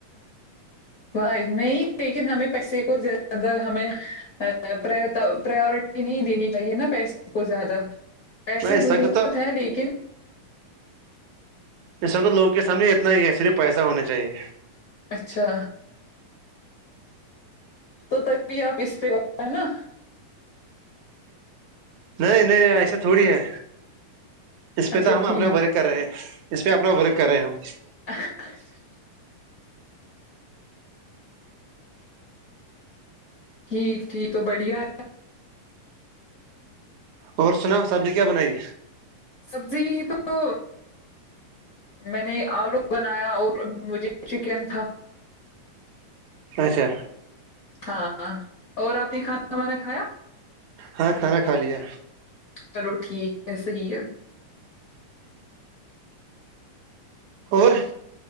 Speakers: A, on the left; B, on the right.
A: نہیں لیکن ہمیں پیسے کو زیادہ ہمیں پرورٹی نہیں دینی چاہیے نا پیسے کو زیادہ پیسے
B: میں اس
A: ضرورت
B: وقت تو
A: ہے لیکن
B: اس وقت لوگوں کے سامنے اتنا ہی ہے صرف پیسہ ہونا چاہیے
A: اچھا تو تبھی آپ اس پہ ہو ہیں نا
B: نہیں نہیں ایسا تھوڑی ہے اس پہ
A: اچھا
B: تو ہم
A: ٹھیک
B: اپنا ورک کر رہے ہیں اس پہ اپنا ورک کر رہے ہیں ہم
A: <unintelligible> ٹھیک ٹھیک تو بڑھیا
B: اور سنا سبزی کیا بنائی
A: سبزی تو میں نے آلو بنایا اور مجھے چکن تھا
B: اچھا
A: ہاں اور آپ نے کھانا وانا کھایا
B: ہاں کھانا کھا لیا
A: چلو ٹھیک ہے صحیح ہے
B: اور